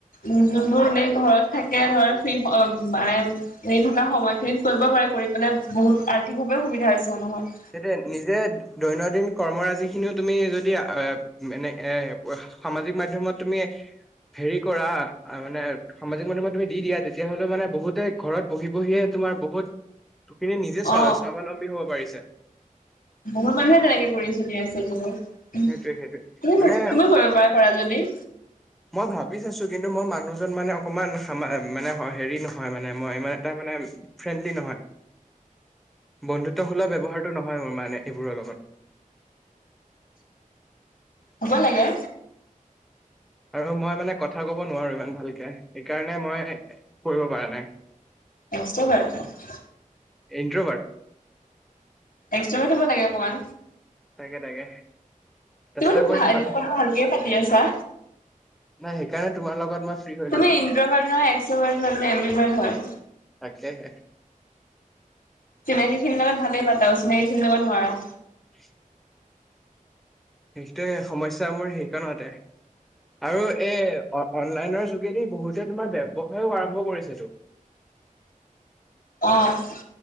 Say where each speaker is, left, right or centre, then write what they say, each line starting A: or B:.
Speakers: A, on the left (about 90°); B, in the centre.
A: উম' যোনবোৰ এনেই ঘৰত থাকে ধৰ ফ্ৰী হ মাইণ্ড- এনেই থকা সময়খিনিত কৰিব পাৰে, কৰি পেলাই বহুত আৰ্থিকভাৱেও সুবিধা হৈছে নহয়।
B: সেতোৱে নিজে দৈনন্দিন কৰ্মৰাজি খিনিও তুমি যদি আহ এনে এ- সামাজিক মাধ্যমত তুমি- হেৰি কৰা, আ মানে সামাজিক মাধ্যমত তুমি দি দিয়া তেতিয়া হলে মানে বহুতেই- ঘৰত বহি বহিয়ে তোমাৰ বহুত খিনি নিজে স্ব
A: অ
B: স্বাৱলম্বী হ'ব পাৰিছে।
A: বহুত মানুহে তেনেকে কৰি চলি আছে দেখোন, তুমি
B: সেইটোৱে সেইটোৱে মানে
A: তুমিও কৰিব পাৰা কৰা যদি।
B: মই ভাবি চাইছো কিন্তু, মই মানুহজন মানে অকমান সামা মানে হেৰি নহয় মানে মই ইমান এটা মানে- ফ্ৰেণ্ডলি নহয়, বন্ধুত্বসুলভ ব্যৱহাৰ টো নহয় মোৰ মানে এইবোৰৰ লগত।
A: হ'ব লাগে।
B: আৰু মই মানে কথা ক'ব নোৱাৰোঁ ইমান ভালকে, সেইকাৰণে মই এ কৰিব পৰা নাই।
A: এক্স'ট' ভাৰ্ট।
B: ইণ্ট্ৰভাৰট।
A: এক্সটাকে থ'ব লাগে অকমান।
B: তাকে তাকে চেষ্টা
A: তুমি তো
B: কৰিম
A: ভা এইবোৰ
B: বাৰু
A: কথা ভালকেই পাতি আছা।
B: নাই সেইকাৰণে তোমাৰ লগত মই ফ্ৰী হৈ
A: তুমি
B: ললো
A: ইন্ট্ৰভাৰ্ট নহয় এক্সভাৰ্টো নহয় তুমি এমবি ভাৰ্ট হয়।
B: তাকেহে।
A: চিনাকি খিনিৰ লগত ভালেই পাতা অচিনাকি খিনিৰ লগত নোৱাৰা।
B: <inaudible> সেইটোৱে সমস্যা মোৰ সেইকণতে, আৰু এই- অনলাইনৰ যোগেদি বহুতে তোমাৰ ব্যৱসায়িও আৰম্ভ কৰিছেতো।
A: অঁ'